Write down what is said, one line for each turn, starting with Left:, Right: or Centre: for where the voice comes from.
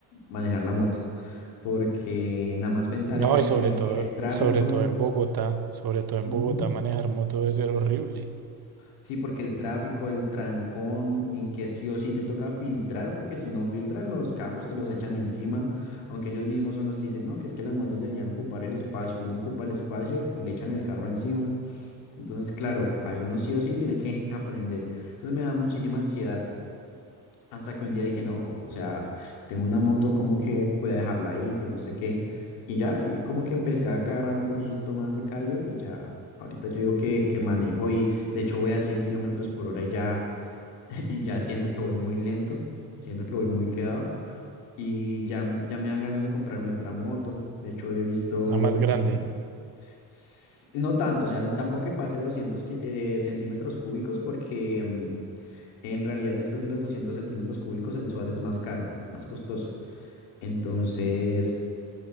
Left: manejar la moto, porque nada más pensar
Right: No,
Left: en que
Right: y sobre
Left: tenía
Right: todo,
Left: que ir el tráfico.
Right: sobre todo en Bogotá, sobre todo en
Left: Ujú.
Right: Bogotá, manejar moto debe ser horrible.
Left: Sí, porque el tráfico, el trancón, en que sí o sí te toca filtrar, porque si no filtran, los carros te los echan encima, aunque ellos mismos son los que dicen, no, que es que las motos deberían ocupar el espacio, uno ocupa el espacio y le echan el carro encima. Entonces, claro, ahí uno sí o sí tiene que <laughs> aprender. Entonces me da muchísima ansiedad. Hasta que un día dije, no, o sea, tengo una moto, como que puedo dejarla ahí, que no sé qué. Y ya, y como que empecé a agarrar un poquito más de callo y ya, ahorita yo digo que, que manejo y de hecho voy a 100 kilómetros por hora y ya, <laughs> y ya siento que voy muy lento, siento que voy muy quedado y ya, ya me dan ganas de comprarme otra moto. De hecho, he visto,
Right: Nada más grande.
Left: eh, s- no tanto, o sea, tampoco que pase 200 ki- eh, centímetros cúbicos porque... mm, en realidad, después de los 200 centímetros cúbicos, el SOAT es más caro, más costoso. Entonces,